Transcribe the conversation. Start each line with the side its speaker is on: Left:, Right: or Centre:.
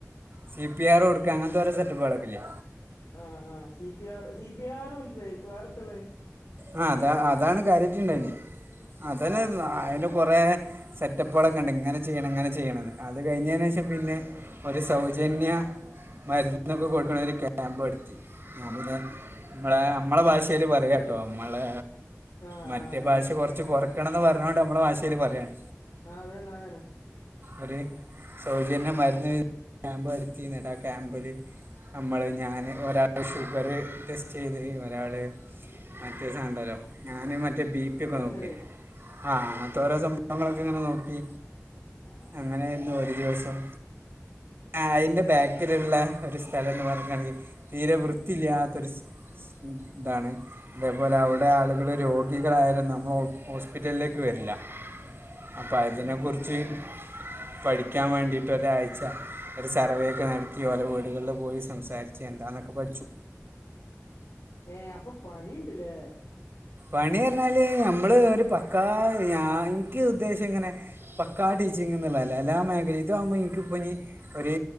Right: സി പി ആർ കൊടുക്കുക അങ്ങനത്തെ കുറെ സെറ്റപ്പാളൊക്കില്ലേ
Left: ആഹ ആഹ C P R C P R മനസ്സിലായി വേറെത്താള്ളെ
Right: ആഹ അത അതാണ് കാര്യാട്ട്ണ്ടായിന്യെ അതന്നെ
Left: ഏ
Right: അയിന് കൊറെ സെറ്റപ്പുളൊക്കെണ്ട് ഇങ്ങനെ ചെയ്യണം ഇങ്ങനെ ചെയ്യണന്ന് അത് കഴിഞ്ഞേനേഷം പിന്നെ ഒരു സൗജന്യ മരുന്നൊക്കെ കൊടുക്കണ ഒരു ക്യാമ്പ് നടത്തി. അബു ദാ മ്മളെ നമ്മളെ ഭാഷേല് പറയാ. ഓ മ്മളെ
Left: ആ
Right: മറ്റേ
Left: ആ ആ
Right: ഭാഷ കൊറച്ച് കൊറക്കണംന്ന് പറഞ്ഞൊണ്ട് നമ്മളെ ഭാഷേല് പറയാണ്.
Left: ആ അതെന്നെ അതെന്നെ.
Right: ഒരു സൗജന്യ മരുന്ന് ക്യാമ്പ് നടത്തി ന്നിട്ട് ആ ക്യാമ്പില്. നമ്മൾ ഞാൻ ഒരാള് ഷുഗറ് ടെസ്റ്റ് ചെയ്തത് ഒരാൾ മറ്റേ സാധനണ്ടല്ലോ ഞാന് മറ്റേ ബിപി ഒക്കെ
Left: പ്രഷർ
Right: നോക്കിയെ ആഹ് അത്തോരോ സംഭവങ്ങളൊക്കെ ഇങ്ങനെ നോക്കി
Left: ആ,
Right: അങ്ങനായിരുന്നു ഒരു ദിവസം ആ അയ്ന്റെ ബാക്കില്ള്ള ഒരു സ്ഥലം ന്ന് പറഞ്ഞ്ണെങ്കി തീരെ വൃത്തില്ല്യാത്തൊരു സ് ഇതാണ് ഇതേപോലെ അവിടെ ആളുകൾ രോഗികളായാലുംനമ്മ ഒ ഹോസ്പിറ്റലിലേക്ക് വരില്ല അപഴത്തിനെ
Left: ഉം
Right: കുറിച്ച്
Left: ഉം
Right: പഠിക്കാൻ വേണ്ടിയിട്ട് ഒരാഴ്ച ഒരു സർവേക്കെ നടത്തി ഓലെ വീടുകളിൽ പോയി സംസാരിച്ചു ചെ എന്താന്നൊക്കെ പഠിച്ചു
Left: ഏ അപ്പൊ പണിണ്ട്ല്ലേ
Right: പണി പറഞ്ഞാല് നമ്മൾ ഒരു പക്കാ ഞാ എനിക്ക് ഉദ്ദേശം ഇങ്ങനെ പക്കാ ടീച്ചിങ്ന്ന്ള്ളല്ല എല്ലാ മേഖല ഇതാവുമ്പോ എനിക്കിപ്പോ ഇനി ഒരു